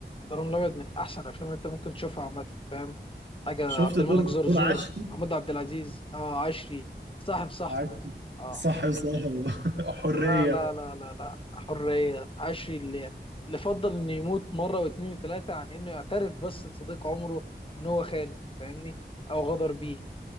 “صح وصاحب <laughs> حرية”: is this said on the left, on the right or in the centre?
Right